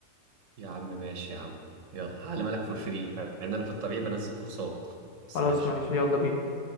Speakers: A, on the right (about 50°); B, on the left (about 65°).
A: يا عم ماشي يا عم يلا هعلمها لك فور فري مع ان انا في الطبيعي بنزل كورسات بس
B: خلاص
A: ماشي
B: ماشي يلا بينا